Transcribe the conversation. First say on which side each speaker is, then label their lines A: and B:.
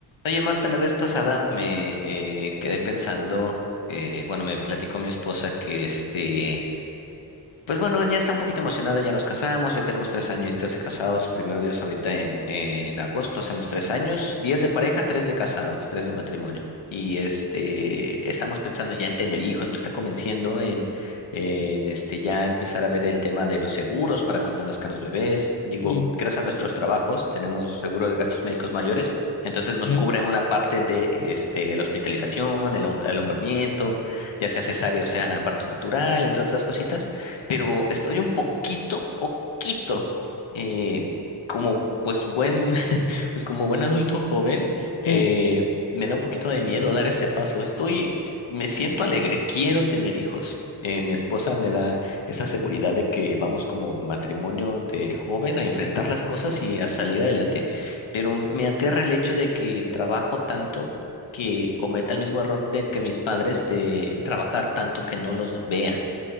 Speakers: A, on the left; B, on the left.
A: Oye, Marta, la vez pasada me eh, quedé pensando, eh, bueno, me platicó mi esposa que este, pues bueno, ya está un poquito emocionada, ya nos casamos, ya tenemos tres añitos de casados, primero Dios, ahorita en, en agosto hacemos tres años, diez de pareja, tres de casados, tres de matrimonio. Y este, estamos pensando ya en tener hijos, me está convenciendo en, en este, ya empezar a ver el tema de los seguros para cuando nazcan los bebés. Digo,
B: Sí,
A: gracias a nuestros trabajos tenemos seguro de gastos médicos mayores, entonces nos
B: sí.
A: cubren una parte de este, la hospitalización, el, hom- el alumbramiento, ya sea cesárea o sea parto natural, entre otras cositas pero estoy un poquito, poquito, eh, como pues buen, <laughs> pues como buen adulto joven,
B: sí.
A: eh, me da un poquito de miedo dar este paso. Estoy, me siento alegre, quiero tener hijos. Eh, mi esposa me da esa seguridad de que vamos como matrimonio de joven a enfrentar las cosas y a salir adelante. Pero me aterra el hecho de que trabajo tanto que cometa el mismo error de que mis padres de trabajar tanto que no los vea